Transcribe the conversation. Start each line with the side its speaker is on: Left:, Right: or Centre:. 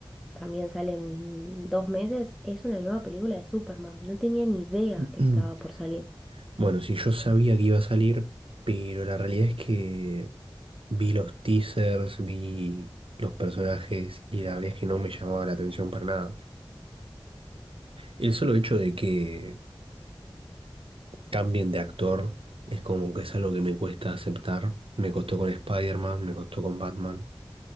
Centre: también sale en dos meses, es una nueva película de Superman. No tenía ni idea
Right: <clears throat>
Centre: que estaba por salir.
Right: Bueno, sí, yo sabía que iba a salir, pero la realidad es que vi los teasers, vi los personajes y la realidad es que no me llamaba la atención para nada. El solo hecho de que cambien de actor, es como que es algo que me cuesta aceptar. Me costó con Spider-Man, me costó con Batman